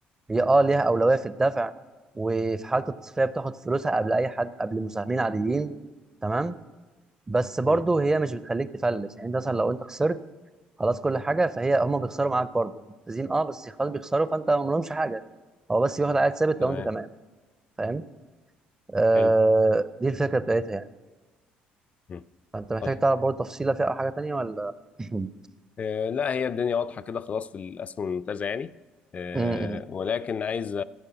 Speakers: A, on the right; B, on the left.
A: هي اه ليها اولويه في الدفع وفي حاله التصفيه بتاخد فلوسها قبل اي حد قبل مساهمين عاديين تمام بس برضه
B: امم
A: هي مش بتخليك تفلس يعني انت مثلا لو انت خسرت خلاص كل حاجه فهي هم بيخسروا معاك برضه ممتازين اه بس خلاص بيخسروا فانت ما لهمش حاجه هو بس بياخد عائد ثابت
B: تمام
A: لو انت تمام فاهم آه
B: حلو
A: دي الفكره بتاعتها يعني
B: امم
A: فانت محتاج
B: طيب
A: تعرف برضه تفصيله فيها او حاجه تانيه ولا <laughs> م-
B: آه لا هي الدنيا واضحه كده خلاص في الاسهم الممتازه يعني آه
A: م.
B: ولكن عايز أ-